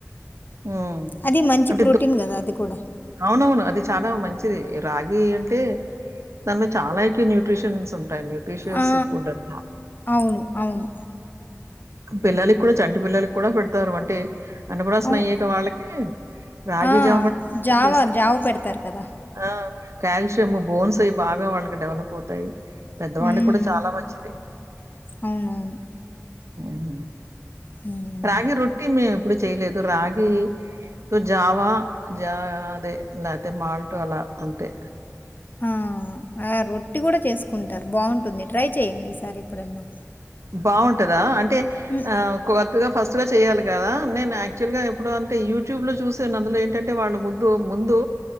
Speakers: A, on the right; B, on the left.
A: హ్మ్.
B: అది మంచి
A: అంటే
B: ప్రోటీన్
A: దో
B: కదా అది కూడా
A: అవునవును అది చాలా మంచిది రాగి అంటే దానిలో చాలా కి న్యూట్రిషన్స్ ఉన్ ట న్యూట్ర్రిషిల్స్
B: ఆ
A: ఫుడ్ అనమాట
B: అవును అవును
A: పిల్లలకి కూడా చంటి పిల్లలకి కూడా పెడతారు అంటే అనబుడాసినయ్యక
B: అవు
A: వాళ్ళకి రాగి
B: ఆ
A: జావ
B: జావా
A: చేస్తే
B: జావ పెడతారు కదా
A: ఆ కాల్షియం బోన్స్ అవి బాగా వాళ్ళకి డెవలప్ అవుతాయి పెద్దవాళ్ళకి
B: హ్మ్
A: కూడా చాలా మంచిది
B: అవునవును
A: ఊమ్
B: హ్మ్.
A: రాగి రొట్టి మేము ఎప్పుడు చేయలేదు రాగి తో జావా జా అదే లేతే మాల్ట్ అలా అంతే
B: ఆ ఆ రొట్టి కూడా చేసుకుం అంటారు బాగుంటుంది ట్రై చెయండి ఈసారి ఎప్పుడన్నా
A: బాగుండ్ టదా అంటే
B: హ్మ్.
A: ఆ కొత్తగా ఫస్ట్ గా చెయాలి కదా నేను యాక్చువల్ గా ఇప్పుడు అంటే యూట్యూబ్ లో చూసాను అందులో ఏంటంటే వాళ్ళు ముద్దు ముందు